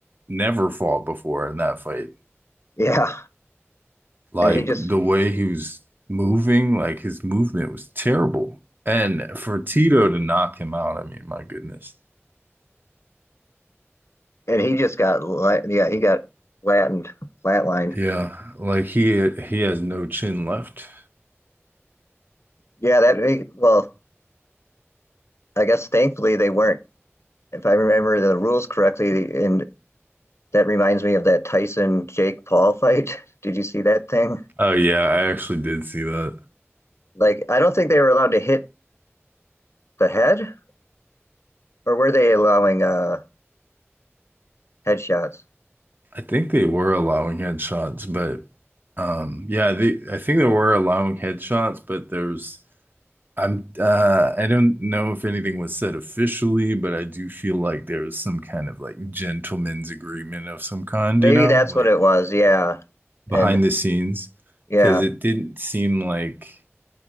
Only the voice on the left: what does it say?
yeah,
and he just
and he just got la- yeah he got flattened flatlined.
Yeah, that well, I guess thankfully they weren't if I remember the rules correctly, and that reminds me of that Tyson Jake Paul <laughs> fight. Did you see that thing?
Like, I don't think they were allowed to hit the head, or were they allowing uh headshots?
Maybe
that's
what it was. Yeah,
and
yeah.